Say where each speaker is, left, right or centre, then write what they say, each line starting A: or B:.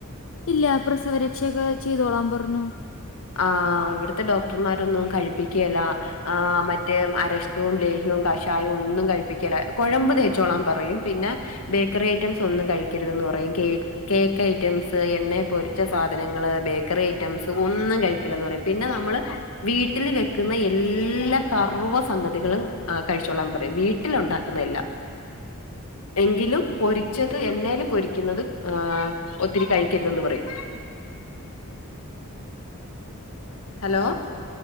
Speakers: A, on the left; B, on the left.
A: ഇല്ലാ പ്രസവരക്ഷയൊക്കെ ചെയ്തോളാം പറഞ്ഞു.
B: ആഹ് ഇവുട്ത്തെ ഡോക്ടർമാരൊന്നു കഴിപ്പിക്കേല്ല. ആഹ് മറ്റേ അരഷ്‌ട്ടവും ലേഹ്യവും കഷ് ചായ ഒന്നും കഴിപ്പിക്കെലാ കൊഴമ്പ് തേച്ചോളാൻ പറയും പിന്നെ ബേക്കറി ഐറ്റംസ് ഒന്നും കഴിക്കരുതന്ന് പറയും കേക്ക്- കേക്ക് ഐറ്റംസ് എണ്ണയെ പൊരിച്ച സാധനങ്ങള് ബേക്കറി ഐറ്റംസ് ഒന്നും - കഴിക്കലന്ന് പറയും പിന്നെ നമ്മള്- വീട്ടില് വെക്കുന്ന എല്ലാ സർവ്വസഗതികളും കഴിച്ചോളാൻ പറയും വീട്ടിൽ ഉണ്ടാക്കുന്ന എല്ലാം
A: ഉം
B: എങ്കിലും പൊരിച്ചത് എണ്ണേല് പൊരിക്കുന്നത് ആഹ് ഒത്തിരി കഴിക്കരുതെന്ന് പറയും ഹലോ